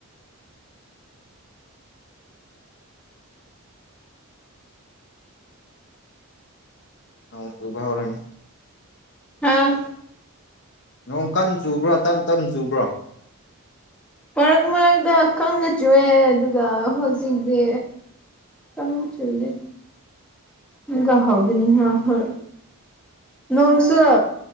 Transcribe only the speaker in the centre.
ꯍꯥꯥ
ꯃꯔꯛ ꯃꯔꯛꯇ ꯈꯪꯅ ꯆꯨꯑꯦ ꯑꯗꯨꯒ ꯍꯧꯖꯤꯛꯗꯤ ꯆꯪ ꯆ ꯂꯩ ꯃꯒ ꯍꯒꯅꯤ ꯍꯥ ꯍ ꯅꯣꯡꯁꯨ